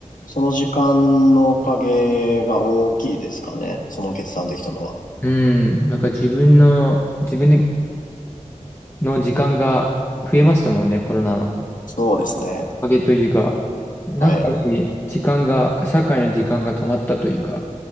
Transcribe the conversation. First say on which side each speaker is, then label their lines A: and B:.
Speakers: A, on the left; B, on the left.
A: その時間のおかげが大きいですかね。その決断をできたのは。
B: うん。なんか自分の、自分の時間が増えましたもんね、コロナの。
A: そうですね。
B: おかげというか、なんかある意味、
A: はい。
B: 時間が、社会の時間が止まったというか、